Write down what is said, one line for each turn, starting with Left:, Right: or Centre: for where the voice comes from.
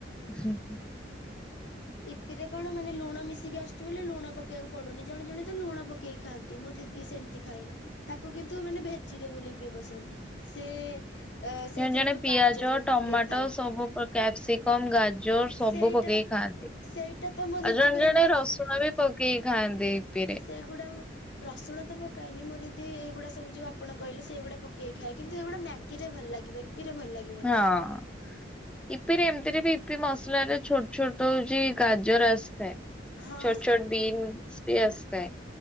Centre: ହୁଁ ହୁଁ।
Left: ଇପିରେ କଣ ମାନେ ଲୁଣ ମିଶିକି ଆସୁଛି ବୋଲି ଲୁଣ ପକେଇଆକୁ ପଡୁନି ଜଣେ ଜଣେ ତ ଲୁଣ ପ କେହି ଖାଆନ୍ତି ମୋ ଦିଦି ସେମିତି ଖାଏ ତାକୁ କିନ୍ତୁ ମାନେ ଭେଜିଟେବୁଲ ଇପି ପସନ୍ଦ। ସେ। ଏ ସେଇଥିରେ
Centre: ଜଣେ ଜଣେ
Left: ବି
Centre: ପିଆଜ,
Left: ଗାଜର ବିଟ
Centre: ଟମାଟୋ
Left: ପକେଇ ଖାଏ
Centre: ସବୁ ପକା କ୍ୟାପସିକମ, ଗାଜର ସବୁ
Left: ସେଇଟା
Centre: ପକେଇକି ଖାଆନ୍ତି। ଆଉ
Left: ସେଇଟା ତ ମୋ ଦିଦିକୁ
Centre: ଜଣେ
Left: ସେମିତି
Centre: ଜଣେ ରସୁଣ ବି ପକେଇକି ଖାଆନ୍ତି ଇପିରେ।
Left: ସେଗୁଡ଼ା। ରସୁଣ ତ ପକାଏନି ମୋ ଦିଦି ଏଇଗୁଡ଼ା ସବୁ ଯଉ ଆପଣ କହିଲେ ସେଇଗୁଡ଼ା ପକେଇ ଖାଏ କିନ୍ତୁ ସେଇଗୁଡ଼ା ମ୍ୟାଗିରେ ଭଲ ଲାଗିବ ଇ ଇପି ରେ ଭଲ ଲା
Centre: ହଁ। ଇପିରେ ଏମିତିରେ ବି ଇପି ମସଲାରେ ଛୋଟ ଛୋଟ ହଉଛି ଗାଜର ଆସିଥାଏ।
Left: ହଁ
Centre: ଛୋଟ ଛୋଟ ବିନ୍ସ ବି ଆସିଥାଏ।